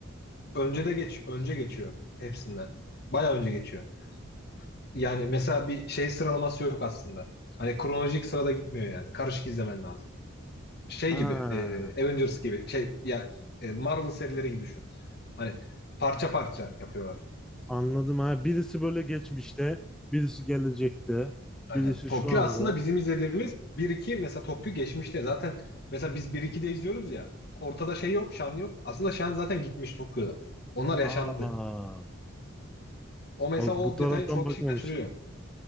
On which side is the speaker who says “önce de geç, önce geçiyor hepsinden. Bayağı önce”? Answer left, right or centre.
Left